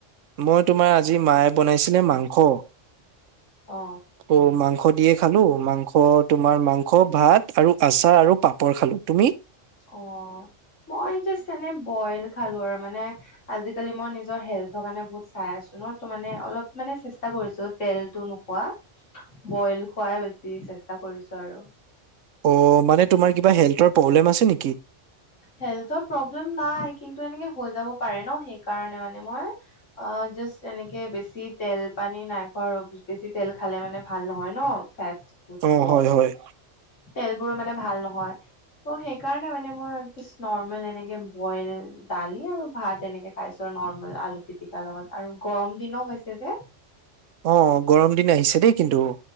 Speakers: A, on the right; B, on the left.
A: মই তোমাৰ আজি মায়ে বনাইছিলে মাংস।
B: অ।
A: অ মাংস দিয়ে খালোঁ মাংস তোমাৰ মাংস ভাত আৰু আচাৰ আৰু পাপৰ খালোঁ। তুমি?
B: অ মই জাষ্ট এনে বইল খালোঁ আৰু মানে আজিকালি মই নিজৰ হেল্থৰ কাৰণে বহু চাই আছোঁ নহ ত মানে অলপ মানে চেষ্টা কৰিছোঁ তেলতো নোখোৱা। বইল খোৱাই বেছি চেষ্টা কৰিছোঁ আৰু।
A: অ মানে তোমাৰ কিবা হেল্থৰ প্ৰব্লেম আছে নেকি?
B: হেল্থৰ প্ৰব্লেম নাই কিন্তু এনেকে হৈ যাব পাৰে নহ সেইকাৰণে মানে মই। অ জাষ্ট এনেকে বেছি তেল পানী নাই খোৱা বেছি তেল খালে মানে ভাল নহয় নহ। ফেটছ বহুত
A: অ
B: হ'ব
A: হয় হয়
B: তেলবোৰো মানে ভাল নহয় ত' সেইকাৰণে মানে মানে মই জাষ্ট নৰ্মেল এনেকে বইল দালি আৰু ভাত এনেকে খাইছোঁ আৰু নৰ্মে আলু পিটিকা লগত আৰু গৰম দিনো হৈছে যে।
A: অ গৰম দিন আহিছে দেই কিন্তু।